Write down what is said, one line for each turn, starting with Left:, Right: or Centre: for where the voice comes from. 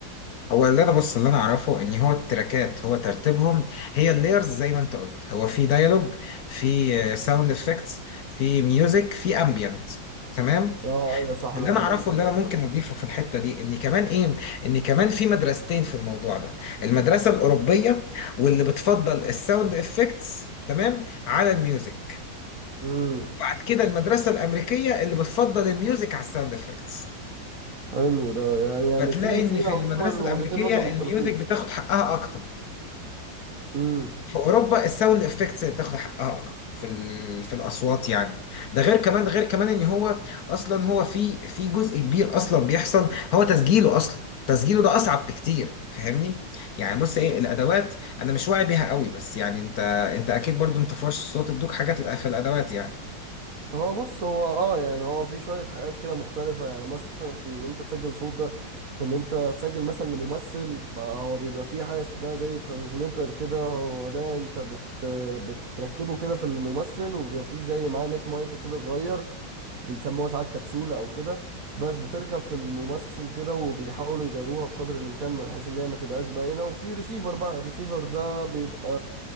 Left: هو اللي انا بص اللي انا اعرفه ان هو التراكات هو ترتيبهم هي اللايرز زي ما انت قلت هو في ديالوج في ساوند افكتس في ميوزك في امبيانت تمام
Right: اه ايوه صح
Left: اللي
Right: لا
Left: انا اعرفه
Right: انت ده
Left: اللي انا ممكن اضيفه في الحته دي ان كمان ايه ان كمان في مدرستين في الموضوع ده المدرسه الاوروبيه واللي بتفضل الساوند افكتس تمام على الميوزك
Right: امم
Left: بعد كده المدرسه الامريكيه اللي بتفضل الميوزك على الساوند افكتس
Right: حلو ده يعني يعني
Left: فتلاقي
Right: في
Left: ان
Right: في
Left: في المدرسه
Right: عموما
Left: الامريكيه
Right: وجهتين نظر مختلفين
Left: الميوزك بتاخد حقها اكتر
Right: امم
Left: في اوروبا الساوند افكتس اللي بتاخد حقها اكتر في ال- في الاصوات يعني ده غير كمان غير كمان ان هو اصلا هو في في جزء كبير اصلا بيحصل هو تسجيله اصلا تسجيله ده اصعب بكتير فاهمني يعني بص ايه الادوات انا مش واعي بيها قوي بس يعني انت انت اكيد برضو انت فرش الصوت ادوك حاجات في الادوات يعني
Right: هو بص هو اه يعني هو في شوية حاجات كده مختلفة يعني مثلا ان انت تسجل صوت ده في ان انت تسجل مثلا لممثل فهو بيبقى فيه حاجة اسمها زي ترانسميتر كده هو ده انت بت بتركبه كده في الممثل وبيبقى فيه زي معاه نيك مايك كده صغير بيسموها ساعات كبسولة أو كده بس بتركب في الممثل كده وبيحاولوا يداروها بقدر الإمكان بحيث إن هي ما تبقاش باينة وفي ريسيفر بقى الريسيفر ده بيبقى